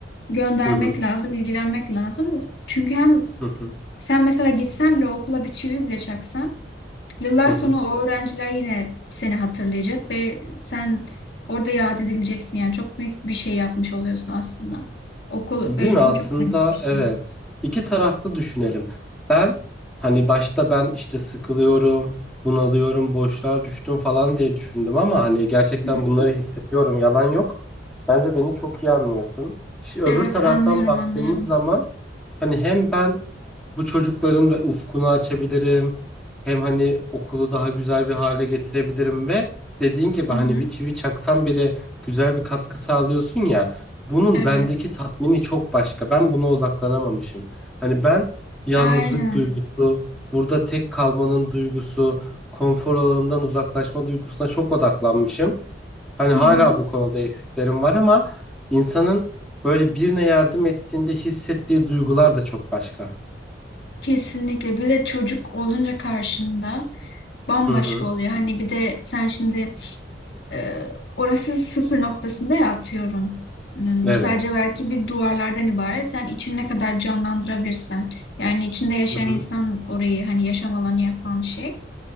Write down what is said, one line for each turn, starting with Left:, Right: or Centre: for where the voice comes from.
Left: göndermek
Centre: hı
Left: lazım, ilgilenmek lazım. Çünkü hem
Centre: hı hı.
Left: sen mesela gitsen bile okula bir çivi bile çaksan yıllar
Centre: hı.
Left: sonra o öğrenciler yine seni hatırlayacak ve sen orada yad edileceksin. Yani çok büyük bir şey yapmış oluyorsun aslında. Okul,
Centre: Değil
Left: eğitim
Centre: mi? Aslında
Left: çok önemli bir şey.
Centre: evet. İki taraflı düşünelim. Ben hani başta ben işte sıkılıyorum, bunalıyorum, boşluğa düştüm falan diye düşündüm ama hani gerçekten
Left: Hı hı.
Centre: bunları hissediyorum. Yalan yok. Bence beni çok iyi anlıyorsun. Şimdi
Left: Evet
Centre: öbür taraftan
Left: anlıyorum
Centre: baktığımız
Left: anlıyorum.
Centre: zaman hani hem ben bu çocukların ve ufkunu açabilirim. Hem hani okulu daha güzel bir hale getirebilirim ve dediğin gibi
Left: Hı
Centre: hani
Left: hı.
Centre: bir çivi çaksan bile güzel bir katkı sağlıyorsun ya. Bunun
Left: Evet.
Centre: bendeki tatmini çok başka. Ben buna odaklanamamışım. Hani ben yalnızlık
Left: Aynen.
Centre: duygusu, burada tek kalmanın duygusu, konfor alanından uzaklaşma duygusuna çok odaklanmışım. Hani
Left: Hı
Centre: hala
Left: hı.
Centre: bu konuda eksiklerim var ama insanın böyle birine yardım ettiğinde hissettiği duygular da çok başka.
Left: Kesinlikle. Bir de çocuk olunca karşında bambaşka
Centre: Hı hı.
Left: oluyor. Hani bir de sen şimdi e, orası sıfır noktasında ya atıyorum. Hmm,
Centre: Evet.
Left: sadece belki bir duvarlardan ibaret. Sen için ne kadar canlandırabilirsen. Yani içinde yaşayan
Centre: Hı hı.
Left: insan orayı hani yaşam alanı yapan şey.